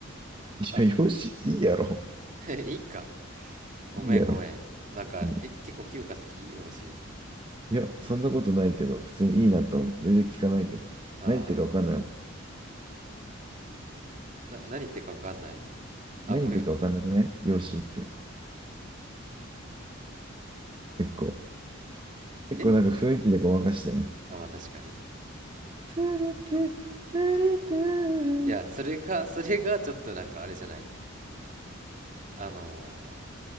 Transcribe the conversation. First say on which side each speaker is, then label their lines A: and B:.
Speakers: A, on the right (about 40°); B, on the right (about 25°).
A: まあいっか
B: いや、ヨーシーいいやろ。
A: <laughs> いいかごめんごめんなんかえ結構清香好きよーし
B: いいやろ。うん。いや、そんなことないけど、普通にいいなと思う。
A: うん
B: 全然聞かないけど。
A: ああ
B: ないってかわかんない
A: な何言ってるかわかんないあ俺が
B: 何言ってるか分かんなくない容姿って。結構。結構なんか雰囲気でごまかしてね。
A: えあまあ確かに
B: トゥルトゥルトゥルトゥル
A: いや、それが、<laughs> それがちょっとなんかあれじゃない。あの